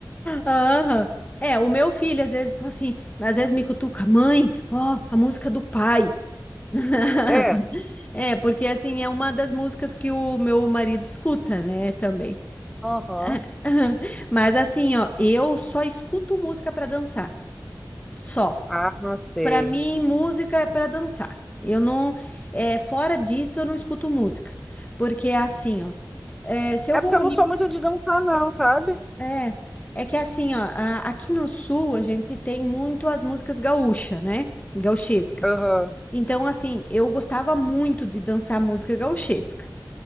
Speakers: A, on the left; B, in the centre.
A: Aham. É, o meu filho às vezes fala assim, às vezes me cutuca, mãe, ó, a música do pai. <laughs>
B: É.
A: É, porque assim, é uma das músicas que o meu marido escuta, né, também.
B: Aham.
A: <laughs> Mas assim, ó, eu só escuto música pra dançar, só.
B: Ah, não sei.
A: Pra mim, música é pra dançar. Eu não, é, fora disso, eu não escuto música, porque é assim, ó, é, se eu
B: É
A: vou
B: porque eu não sou muito de dançar, não, sabe?
A: É, é que assim, ó, a- aqui no sul a gente tem muito as músicas gaúcha, né? Gauchesca.
B: Aham.
A: Então, assim, eu gostava muito de dançar música gauchesca.